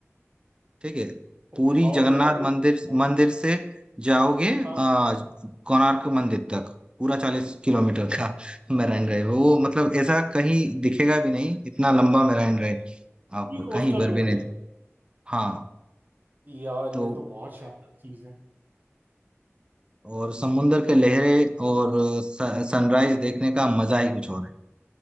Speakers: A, on the right (about 20°); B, on the right (about 40°).
A: ठीक है
B: वाओ
A: पूरी जगन्नाथ
B: यार ये
A: मंदिर
B: तो काफी
A: मंदिर से जाओगे
B: हाँ
A: आ, कोणार्क मंदिर तक पूरा चालीस किलोमीटर का मेराइन ड्राइव है। वो मतलब ऐसा कहीं दिखेगा भी नहीं इतना लंबा मेराइन ड्राइव आप
B: पूरी कोस्टल
A: कहीं पर
B: रोड
A: भी नहीं
B: है
A: हाँ
B: यार
A: तो
B: ये तो बहुत शानदार चीज है
A: और समुंदर के लहरें और सनराइज देखने का मजा ही कुछ और है